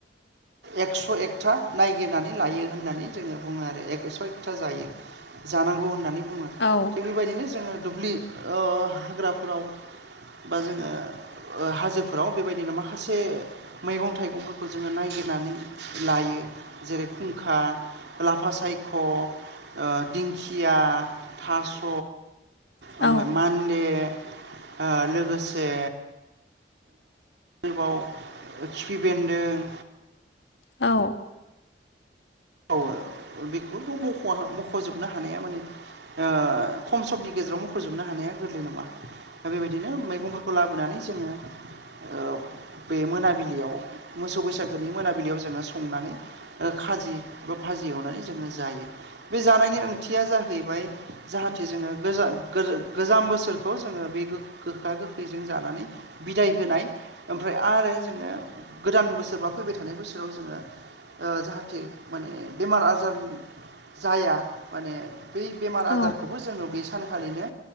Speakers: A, on the right; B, on the left.
A: एकस' एकथा नायगिरनानै लायो होननानै जोङो बुङो आरो एकस' एकथा जायो। जानांगौ होननानै बुङो।
B: औ
A: थिग बेबायदिनो जोङो दुब्लि ओ हाग्राफोराव बा जोङो हाजोफोराव बेबायदिनो माखासे मैगं-थाइगंफोरखौ जोङो नायगिरनानै लायो जेरै खुंखा लाफा सायख', ओ दिंखिया, थास'
B: औ
A: ओमफाय मान्डे ओ लोगोसे बाव खिफि बेन्दों
B: औ
A: <unintelligible> बेखौथ' <unintelligible> मख'जोबनो हानाया माने ओ खम समनि गेजेरावनो फोजोबनो हानाया गोरलै नङा दा बेबायदिनो मैगंफोर खौ लाबोनानै जोङो ओ बे मोनाबिलियाव मोसौ बैसागुनि मोनाबिलियाव जोङो संनानै ओ खाजि बा भाजि एवनानै जोङो जायो। बे जानायनि ओंथिया जाहैबाय जाहाथे जोङो गोजा-गोज-गोजाम बोसोरखौ जोङो बे गोखा गोखैजों जानानै बिदाय होनाय ओमफ्राय आरो जोङो गोदान बोसोर बा फैबाय थानाय बोसोराव जोङो ओ जाहाथे माने बेमार आजार जाया माने बै बेमार
B: औ
A: आजारखौबो जोङो बे सानखालिनो